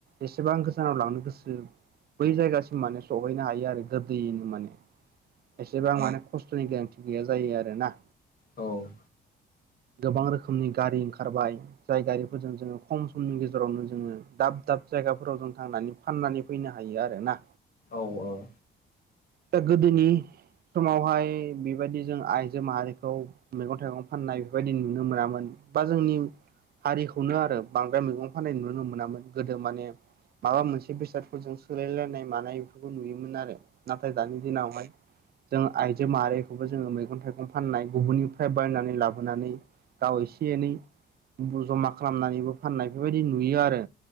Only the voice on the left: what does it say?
औ
औ औ